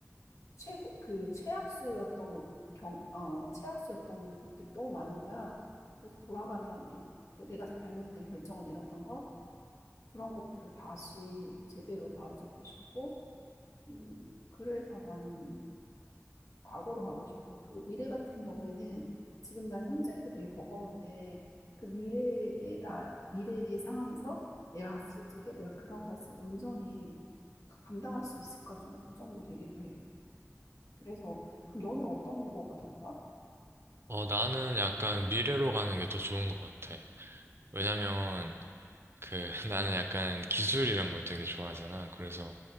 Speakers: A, on the left; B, on the right.
A: 최고 그 최악수였던 것, 경, 어, 최악수였던 것들이 너무 많은 거야. 그래서 돌아가면 예, 그 내가 잘못된 결정을 내렸던 거 그런 것들을 다시 제대로 바로잡고 싶고, 음, 그래서 나는 과거로 가고 싶어. 그리고 미래 같은 경우에는 지금 난 현재도 되게 버거운데 그 미래의 나 미래의 상황에서 내가 갔을 적에 내가 그런 것을 온전히 감당할 수 있을까 좀 걱정도 되기도 해. 그래서 그럼 너는 어떤 거가 더 좋아?
B: 어, 나는 약간 미래로 가는 게 더 좋은 것 같아. 왜냐면 그 <laughs> 나는 약간 기술 이런 거 되게 좋아하잖아. 그래서